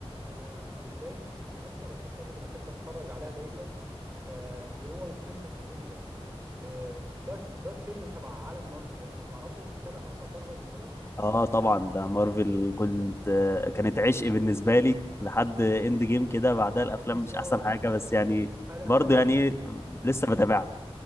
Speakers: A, on the right; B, on the left.
A: انا بالنسبه لي من اكتر الافلام اللي بحب اتفرج عليها دايما آه، اللي هو فيلم الافينجرز آه، ده ده فيلم تبع عالم مارفل انت تعرفه متابع اصلا مارفل وكده
B: اه طبعا ده مارفل كنت آه، كانت عشق بالنسبه لي لحد اند جيم كده بعدها
A: بالظبط
B: الافلام مش احسن حاجه بس يعني
A: انا
B: برضه
A: انا بن...
B: يعني إيه،
A: آه.
B: لسه بتابعها